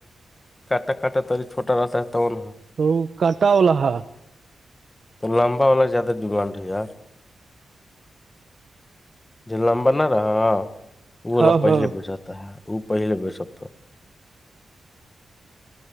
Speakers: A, on the left (about 25°); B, on the right (about 50°).
A: کٹا کاٹا تری چھٹا راتا ہےتا تو وہ نہا
B: تو کاٹا ولہحا
A: تو لمبا والا زیادہ ڈیمانڈ ہے یار ج لمبر نہ رہا وہ وال
B: ہاں
A: پہلے
B: ہاں
A: ب جتا ہے ا پہلے بی ستا